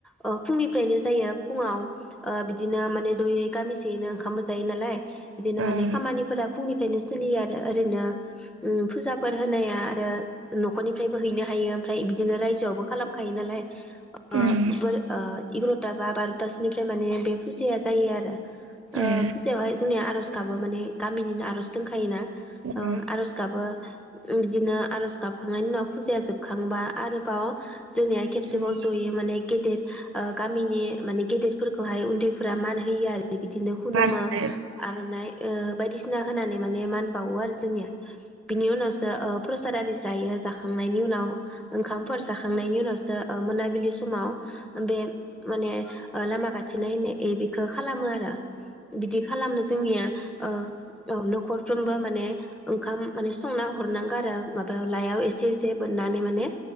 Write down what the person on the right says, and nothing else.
ओं
ओं
ए
ओं
ओं
मा होनो